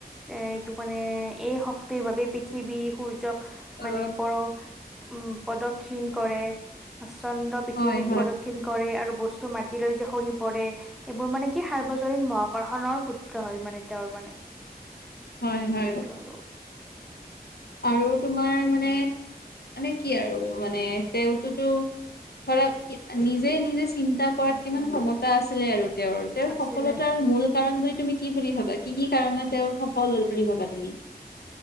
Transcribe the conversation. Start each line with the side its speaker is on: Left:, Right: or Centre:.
Centre: এ এইটো মানে এই শ শক্তিৰ বাবে পৃথিৱী সূৰ্যক
Left: অ
Centre: মানে পৰ উম প্ৰদক্ষিণ কৰে চন্দ্ৰ পৃথিৱীক
Left: হয় হয়
Centre: প্ৰদক্ষিণ কৰে আৰু বস্তু বস্তু মাতি লৈ যে সৰি পৰে এইবোৰ মানে কি সাৰ্বজনীন মহাক্ষণৰ সূত্ৰ হয় মানে তেওঁৰ মানে।
Left: হয় হয়।
Centre: এইটো আৰু
Left: আৰু তোমাৰ মানে মানে কি আৰু মানে তেওঁতো ধৰা নিজে নিজেই চিন্তা কৰাত
Centre: উম
Left: কিমান
Centre: উম
Left: সমতা আছিলে আৰু তেওঁৰ তেওঁৰ
Centre: আছিলে
Left: সফলতাৰ
Centre: আছিলে
Left: মূল কাৰণ বুলি তুমি কি বুলি ভাবা কি কি কাৰণে তেওঁ সফল হ'ল বুলি ভাবা তুমি